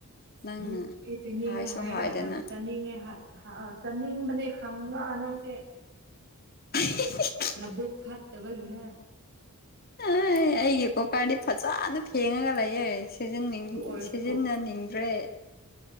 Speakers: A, on the left (about 45°); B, on the right (about 50°).
A: ꯅꯪꯅ
B: ꯑꯗꯨ ꯑꯩ ꯆꯥꯅꯤꯡꯉꯦ
A: ꯍꯥꯏꯁꯨ
B: ꯍꯥꯏꯔꯒ
A: ꯍꯥꯏꯗꯅ
B: ꯅꯪ ꯆꯥꯅꯤꯡꯉꯦ ꯍꯥꯏ꯫ ꯑꯍ ꯑꯍ ꯆꯠꯅꯤꯡꯕꯅꯦ ꯈꯪꯕ ꯅꯪꯁꯦ꯫
A: ꯑꯍꯤ ꯍꯤ꯫ <unintelligible> <unintelligible>
B: ꯅꯕꯨꯛ ꯐꯠꯇꯕꯒꯤꯅꯦ꯫
A: ꯑꯥꯏ ꯑꯩꯒꯤ ꯀꯣꯀꯥꯔꯗꯤ ꯐꯖꯅ ꯐꯦꯡꯉꯒ ꯂꯩꯌꯦ꯫ ꯁꯤꯖꯅꯤꯡ
B: ꯑꯗꯨ ꯑꯣꯏꯔꯁꯨ
A: ꯁꯤꯖꯤꯟꯅꯅꯤꯡꯗ꯭ꯔꯦ꯫